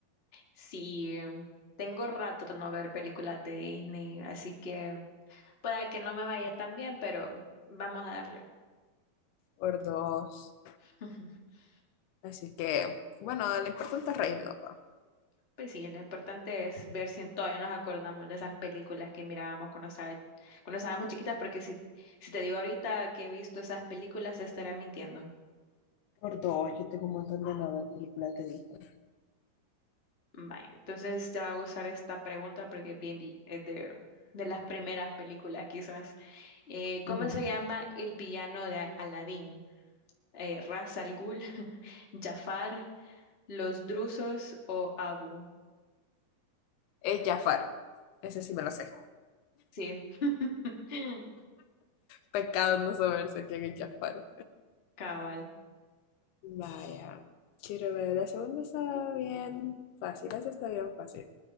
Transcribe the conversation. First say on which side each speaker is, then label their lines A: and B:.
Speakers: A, on the left; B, on the left.
A: Sí, em, tengo rato de no ver películas de Disney, así que pueda que no me vaya tan bien, pero vamos a darle.
B: por dos.
A: <laughs>
B: Así que, bueno, lo importante es reírnos, ¿no?
A: Pues sí, lo importante es ver si todavía nos acordamos de esas películas que mirábamos cuando estaba- cuando estábamos chiquitas, porque si, si te digo ahorita que he visto esas películas, te estaré mintiendo.
B: Por dos, yo tengo un montón de nuevas películas de Disney.
A: Vale, entonces te va a gustar esta pregunta porque es bien vi- es de, de las primeras películas quizás. Eh, ¿cómo
B: Ujú.
A: se llama el villano de Aladdin? Eh, ¿Ras al Ghul, <laughs> Jafar, los Drusos o Abu?
B: Es Jafar, ese sí me lo sé.
A: Sí, <laughs>
B: Pecado no saberse quién es Jafar.
A: cabal.
B: Vaya, quiero ver, la segunda está bien fácil, esa está bien fácil.